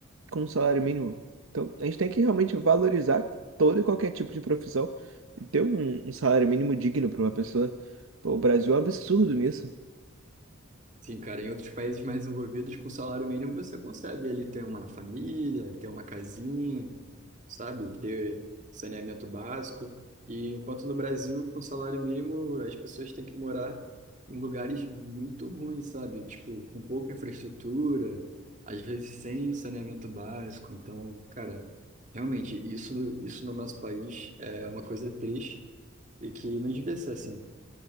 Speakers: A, on the right; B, on the right.
A: com um salário mínimo. Então, a gente tem que realmente valorizar todo e qualquer tipo de profissão, e ter um, um salário mínimo digno pra uma pessoa. Pô, o Brasil é um absurdo nisso.
B: Sim, cara, em outros países mais desenvolvidos, com salário mínimo, você consegue ali ter uma família, ter uma casinha, sabe? Ter saneamento básico. E enquanto no Brasil, com salário mínimo, as pessoas têm que morar em lugares muito ruins, sabe? Tipo, com pouca infraestrutura, às vezes sem saneamento básico. Então, cara, realmente, isso, isso no nosso país é uma coisa triste e que não devia ser assim.